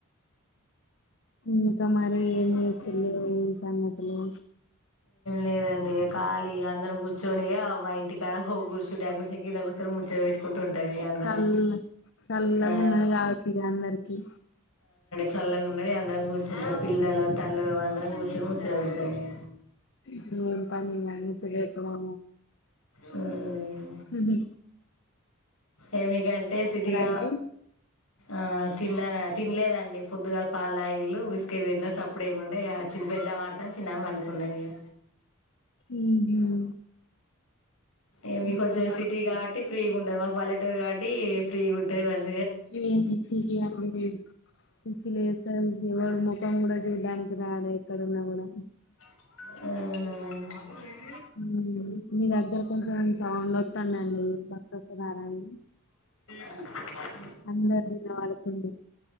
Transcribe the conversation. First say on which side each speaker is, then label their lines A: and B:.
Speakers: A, on the left; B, on the left.
A: ఇంకా మరి
B: ఎంత
A: ఏం
B: మనసేపుఏం
A: చేస్తులు ఏం సంగతులు
B: లేదండి ఇగ ఖాళీగ అందరం కూర్చొనిగా మా ఇంటిక్ కాడ ఒ గుడిసే ఉండే ఆ గుడిసే కింద ముచ్చట పెట్ కొంటుంటే అంట మే అందరం
A: చల్ల చల్లగా
B: ఆ,
A: ఉన్నది కావచ్చు ఇక అందరికి
B: చల్లగున్నది అందరం కూర్చుంటామ్ పిల్లలు తల్లులు అందరం కూర్చుని ముచ్చట్లు పెడతాము ఇగ
A: హా పని మంచిగేగా
B: హ్మ్
A: ఊహు
B: ఏమిటికంటే సిటీగా
A: అండి
B: ఆ తిన్నార్ తినలేదండి పొద్దుగాల పాలు తాగిర్రు బిస్కెట్ తిన్నారు సప్ ఇప్పుడేఉండే చిన్న పెద్ద ఆడతాం చిన్నగ పడుకున్నది ఇక
A: ఉహు
B: ఏమీ
A: ఇంకా
B: కొంచెం
A: పడుకున్నారు.
B: సిటీ కాబట్టి ఫ్రీ ఉండదు మాక్ పల్లెటూరు కాబట్టి ఫ్రీగుంటది మన్
A: ఏం సిటీ అచసలు పిచ్చి లేస్తది ఎవడు ముక పొంగుడ చూడ్డానికి రాలే ఎక్కడన్నా కూడా
B: హు..
A: హు మీ దగ్గర కొంచెం సౌండ్ వత్తందండి పక్కకు రారాఅండి
B: <inaudible>
A: అందరు దినవాడుతుంది